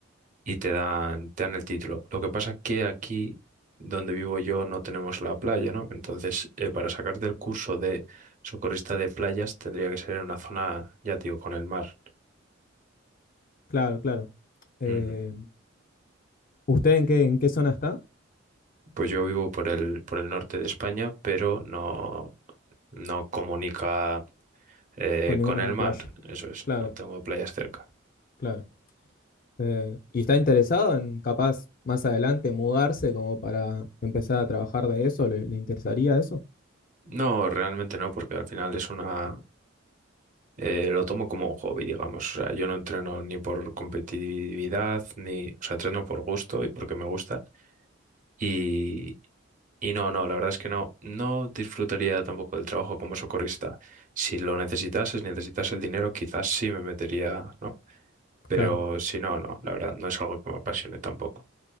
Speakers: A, on the right (about 40°); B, on the left (about 45°).
A: y te dan, te dan el título. Lo que pasa es que aquí donde vivo yo no tenemos la playa, ¿no? Entonces, eh, para sacarte el curso de socorrista de playas tendría que ser en una zona, ya te digo, con el mar.
B: Claro, claro. Eh,
A: Ujú.
B: ¿usted en qué, en qué zona está?
A: Pues yo vivo por el, por el norte de España, pero no, no comunica eh,
B: Con ninguna
A: con el mar.
B: playa.
A: Eso es,
B: Claro,
A: no tengo playas cerca.
B: claro. Eh, ¿y está interesado en capaz más adelante mudarse como para empezar a trabajar de eso? ¿Le, le interesaría eso?
A: No, realmente no, porque al final es una... Eh, lo tomo como un hobby, digamos. O sea, yo no entreno ni por competitividad, ni, o sea, entreno por gusto y porque me gusta. Y, y no, no, la verdad es que no, no disfrutaría tampoco del trabajo como socorrista. Si lo necesitases, necesitas el dinero, quizás sí me metería, ¿no? Pero
B: Claro,
A: si no, no, la verdad, no es algo que me apasione tampoco.